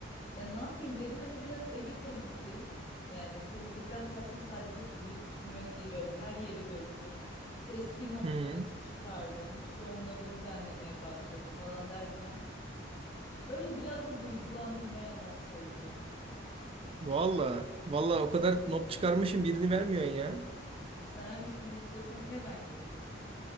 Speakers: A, on the left (about 30°); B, on the right (about 30°).
A: Ya ne yapayım dedim hani biraz evi temizleyeyim. Yani temizlikten kastım sadece silip süpürmek değil böyle her yeri döktüm. Eski notları
B: Hmm.
A: çıkardım. İşte onları düzenlemeye başladım falan derken. Öyle biraz da duygulandım ne yalan söyleyeyim.
B: Valla. Valla o kadar not çıkarmışım birini vermiyorsun ya.
A: Sen hangisini istiyorsan hemen göndereyim.